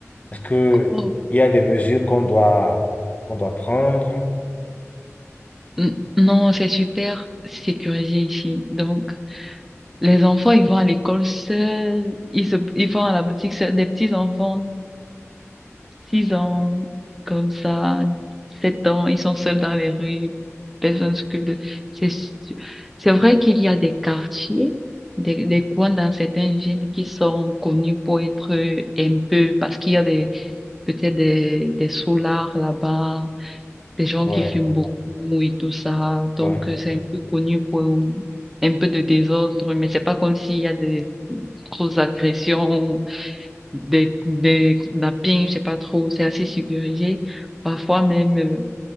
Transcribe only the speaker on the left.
Est-ce que
il y a des mesures qu'on doit, qu'on doit prendre?
Ouais,
ouais.